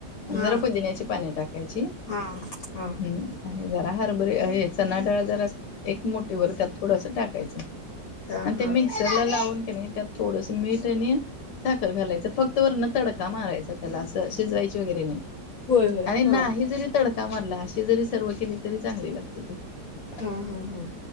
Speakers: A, on the left; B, on the left.
A: हां,
B: जरा पुदिन्याची पान टाकायची
A: हां, हां,
B: हम्म आणि जरा हरभरी हे चनाडाळ जरा एक मोठीवर त्यात थोडस टाकायचं
A: हां,
B: आणि ते
A: हां.
B: मिक्सरला लावून त्यात थोडस मीठ आणि साखर घालायचं फक्त वरण तडका मारायचा. त्याला असं असेच शिजवायचे वगैरे नाही
A: होय, होय.
B: आणि नाही
A: हां.
B: जरी तडका मारला अशी जरी सर्व केले. तरी चांगली लागते ती
A: हां, हां, हां.